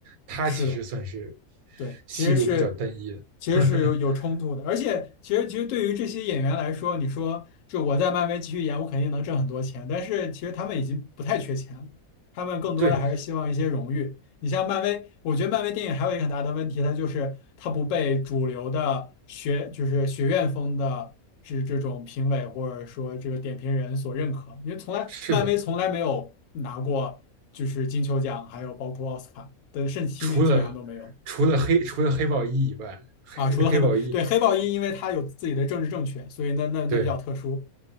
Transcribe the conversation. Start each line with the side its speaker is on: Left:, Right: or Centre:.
Right: 他其实算是
Left: 是的，对，
Right: 戏路比较单一的。
Left: 其实是其实是有有冲突的，
Right: <laughs>
Left: 而且其实其实对于这些演员来说，你说就我在漫威继续演，我肯定能挣很多钱，但是其实他们已经不太缺钱了，他们更多的还是希望一些荣誉。
Right: 对，
Left: 你像漫威，我觉得漫威电影还有一个很大的问题，它就是它不被主流的学就是学院风的是这种评委或者说这个点评人所认可，因为从来漫威从来没有拿过就是金球奖，
Right: 是的，
Left: 还有包括奥斯卡的甚至提名基本上都没有。
Right: 除了除了黑除了黑豹一以外，黑黑豹一，
Left: 啊，除了黑豹，对，黑豹一，因为它有自己的政治正确，所以那那那比较特殊，
Right: 对